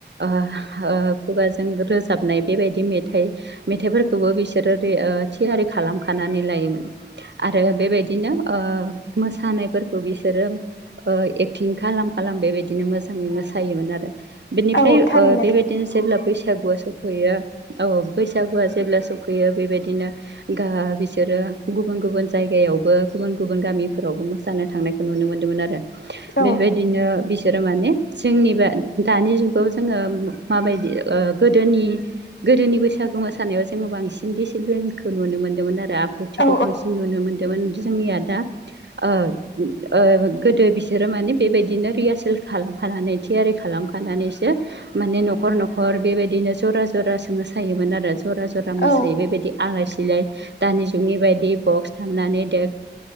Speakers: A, on the right; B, on the left.
A: ओ- ओ खुगाजों रोजाबनाय बेबायदि मेथाइ मेथाइफोरखोबो बिसोरो रे ओ थियारि खालामखानानै लायोमोन आरो बेबायदिनो ओ मोसानाय फोर बिसोरो ओ एक्टिं खालाम-खालाम बेबायदिनो मोजाङै मोसायोमोन आरो। बेनिफ्राय
B: औ थारैनो
A: ओ बेबायदि दिनो जेब्ला बैसागुआ स'फैयो औ बैसागुआ जेब्ला स'फैयो बेबायदिनो गा बिस बिसोरो गुबुन-गुबुन जायगायावबो गुबुन-गुबुन गामिफोरावबो मोसानो थांनायखौ नुनो मोन्दोंमोन आरो।
B: औ
A: बेबायदिनो बिसोरो माने जोंनिबा दानि जुगाव जोङो माबायदि ओ गोदोनि गोदोनि बैसागो मोसानायाव जोङो बांसिन दिसिफ्लेनखौ नुनो मोन्दोंमोन आरो आब ब्रुथिखौ
B: औ
A: बांसिन नुनो मोन्दोंमोन जोंनिया दा ओ ओ गोदो बिसोरो माने बेबायदिनो रिहासोल खालामखानानै थियारि खालामखानानैसो माने न'खर-न'खर बेबायदिनो जरा -जरा सो मोसायोमोन आरो। जरा -जरा मोसायो।
B: औ
A: बेबायदि आलाय सिलाय दानि जुगनि बायदि ब'क्स दामनानै देक